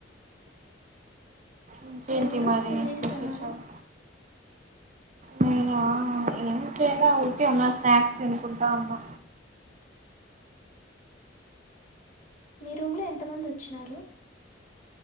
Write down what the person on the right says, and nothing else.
ఇంకేంటి
మరి
విశేషాలు నేనా ఏం చేయలే ఊరికే ఉన్న స్నాక్స్ తిినకుంటంటా ఉన్నా